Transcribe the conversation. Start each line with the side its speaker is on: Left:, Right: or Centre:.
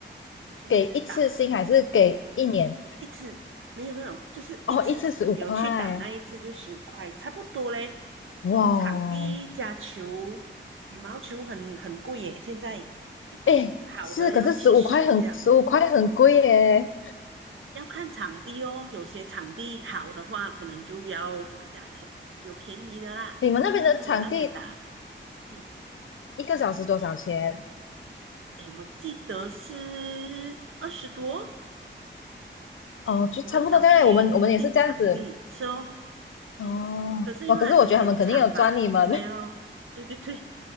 Right: 平时打。
Left: 给一次性还是给一年？
Right: 一次没有没有，就是一次你有去打那一次就十五块，
Left: 哦，一次十五块，
Right: 差不多嘞。
Left: 哇哦，
Right: 租场地加球，羽毛球很很贵耶，现在一桶好的要七十这样，
Left: 诶，是，可是十五块很十五块很贵耶。
Right: 要看场地哦。有些场地好的话，可能就要这个价钱，有便宜的啦。
Left: 你们那边的场地
Right: 但是我那边打，嗯，
Left: 一个小时多少钱？
Right: 诶，我记得是二十多，
Left: 哦，就差不多这样，
Right: 我很少去
Left: 我们我们也是这样子。
Right: 订场地，是哦，
Left: 哦，
Right: 可是因为它时间长吧，
Left: 哇，可是我觉得他们肯定有赚你们。
Right: 还没有，对对对，